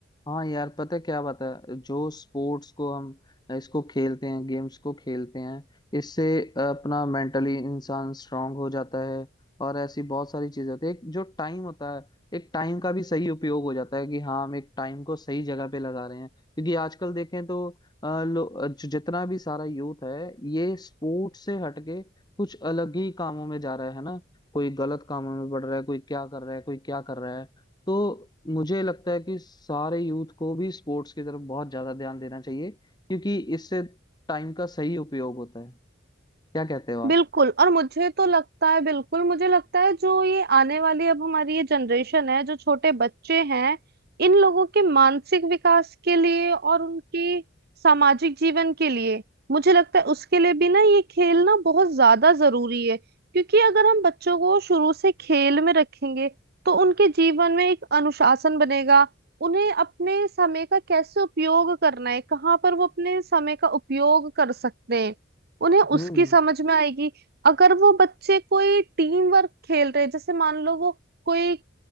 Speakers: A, on the left; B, on the right.
A: हाँ यार पता है क्या बात है जो स्पोर्ट्स को हम इसको खेलते हैं गेम्स को खेलते हैं इससे अपना मेंटली इंसान स्ट्रांग हो जाता है और ऐसी बहुत सारी चीजें होती है एक जो टाइम होता है एक टाइम का भी सही उपयोग हो जाता है कि हाँ हम एक टाइम को सही जगह पे लगा रहे हैं क्योंकि आजकल देखें तो अ, लो- ज- जितना भी सारा यूथ है ये स्पोर्ट्स से हटके कुछ अलग ही कामों में जा रहा है ना कोई गलत कामों में बढ़ रहा है कोई क्या कर रहा है कोई क्या कर रहा है तो मुझे लगता है कि सारे यूथ को भी स्पोर्ट्स की तरफ बहुत ज्यादा ध्यान देना चाहिए क्योंकि इससे टाइम का सही उपयोग होता है क्या कहते हो आप
B: बिल्कुल और मुझे तो लगता है बिल्कुल मुझे लगता है जो ये आने वाली अब हमारी ये जनरेशन है जो छोटे बच्चे हैं इन लोगों के मानसिक विकास के लिए और उनकी सामाजिक जीवन के लिए मुझे लगता है उसके लिए भी ना ये खेल ना बहुत ज्यादा जरूरी है क्योंकि अगर हम बच्चों को शुरू से खेल में रखेंगे तो उनके जीवन में एक अनुशासन बनेगा उन्हें अपने समय का कैसे उपयोग करना है कहाँ पर वो अपने समय का उपयोग कर सकते हैं उन्हें
A: हम्म
B: उसकी समझ में आएगी अगर वो बच्चे कोई टीम वर्क खेल रहे हैं जैसे मान लो वो कोई